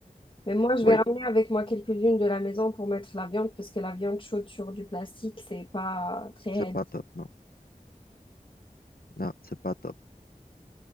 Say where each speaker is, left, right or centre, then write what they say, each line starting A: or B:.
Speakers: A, on the left; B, on the left.
A: Mais moi, je
B: Oui,
A: vais ramener avec moi quelques-unes de la maison pour mettre la viande, parce que la viande chaude sur du plastique, c'est pas très
B: c'est
A: healthy.
B: pas top, non. Non, c'est pas top.